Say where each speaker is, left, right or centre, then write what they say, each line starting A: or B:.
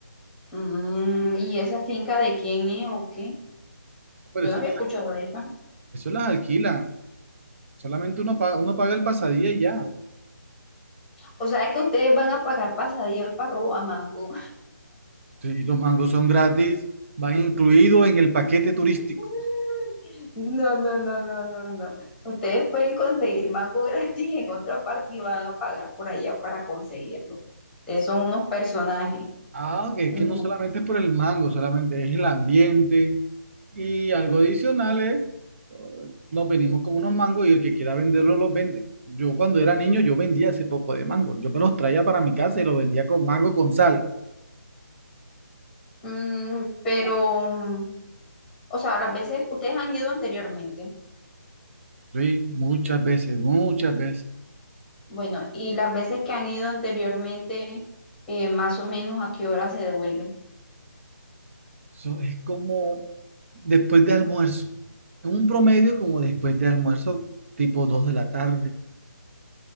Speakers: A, in the centre; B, on the right.
A: Mm, ¿y esa finca de quién es o qué?
B: No, Pero
A: Yo
B: eso,
A: no había escuchado de esa.
B: eso las alquilan, solamente uno paga, uno paga el pasadía y ya.
A: O sea, que ustedes van a pagar pasadía para robar mango.
B: Si los mangos son gratis, van incluidos en el paquete turístico.
A: <laughs> No, no, no, no, no, no. Ustedes pueden conseguir mango <laughs> gratis en otra parte y van a pagar por allá para conseguirlo. Ustedes son unos personajes.
B: Ah, que,
A: No.
B: que no solamente es por el mango, solamente es el ambiente y algo adicional es, eh, nos venimos con unos mangos y el que quiera venderlo los vende. Yo cuando era niño yo vendía ese poco de mango, yo me los traía para mi casa y los vendía con mango con sal.
A: Mm, pero, mm, o sea, las veces, ustedes han ido anteriormente.
B: Sí, muchas veces, muchas veces.
A: Bueno, y las veces que han ido anteriormente, eh, más o menos a qué hora se devuelven.
B: Eso es como después de almuerzo, es un promedio como después de almuerzo, tipo 2 de la tarde.